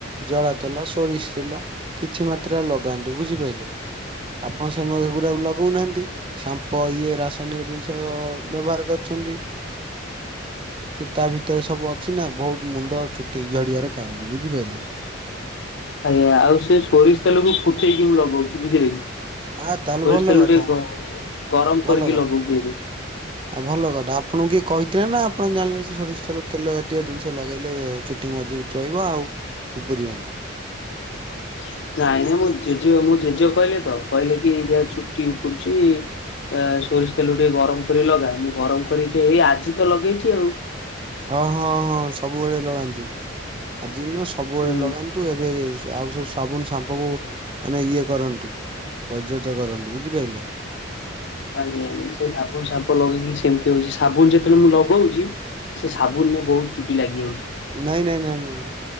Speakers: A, on the right; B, on the left.
A: ଜଡ଼ା ତେଲ, ସୋରିଷ ତେଲ, କିଛି ମାତ୍ରାରେ ଲଗାନ୍ତୁ, ବୁଝିପାରିଲେ? ଆପଣ ସେଇ <unintelligible> ଗୁରାକ ଲଗାଉନାହାନ୍ତି ସାମ୍ପ ଇଏ ରା ସାନ୍ୟ ଜିନିଷ ବ୍ୟବହାର କରିଚନ୍ତି। ତା ଭିତରେ ସବୁ ଅଛି ନା ବୋହୁତ ମୁଣ୍ଡ ଚୁଟି ଝଡିବାର କାରଣ ବୁଝିପାରିଲେ।
B: ଆଜ୍ଞା ଆଉ ସେ ସୋରିଷ ତଲେକୁ ଫୁଟେଇକି ମୁଁ ଲଗଉଚି, ବୁଝିଲେ କି?
A: ଆ ତାହେଲେ
B: ସୋରିଷ
A: ଭଲ
B: ତେଲକୁ
A: କଥା
B: ଟିକେ ଗମ୍ ଗରମ
A: ଭଲ
B: କରିକି
A: କଥା
B: ଲଗଉଚି ଏବେ।
A: ଆଉ ଭଲ କଟା ଆପଣଙ୍କୁ କିଏ କହିଥିଲେ ନା ଆପଣ ଜାଣିଲେ ସରିଷ ତେଲ ତେଲ ଜାତୀୟ ଜିନିଷ ଲଗେଇଲେ ଚୁ ମଜବୁତ୍ ରହିବ, ଆଉ ଉପୁରିବନି।
B: <unintelligible> ଜେଜେ ମୁଁ ଜେଜେ କହିଲି ତ କହିଲେ କି ଯାହା ଛୁଟି ଉପୁରୁଚି ଆ ସୋରିଷ ତେଲକୁ ଟିକେ ଗରମ କରି ଲଗା, ମୁଁ ଗରମ କରିକି ଏଇ ଆଜି ତ ଲଗେଇଚି ଆଉ।
A: ହଁ ହଁ ହଁ ସବୁବେଳେ ଲଗାନ୍ତୁ। ଆଜି ନୁହଁ ସବୁବେଳେ
B: ହୁଁ
A: ଲଗାନ୍ତୁ ଏବେ ଆଉ ସବୁ ସ ସାବୁନ ସାମ୍ପକୁ ମାନେ ଇଏ କରନ୍ତୁ, ବର୍ଜିତ କରନ୍ତୁ ବୁଝିପାଇଲେ।
B: ଆଜ୍ଞା ଆଜ୍ଞା ସେ ସାବୁନ ସାମ୍ପ ଲଗେଇକି ସେମତି ହଉଚି ସାବୁନ ଯେତେବେଳେ ମୁଁ ଲଗଉଚି ସେ ସାବୁନରେ ବୋହୁତ ଚୁଟି ଲାଗିଯାଉଚି।
A: ନାଇଁ ନାଇଁ ନାଇଁ ନାଇଁ ନା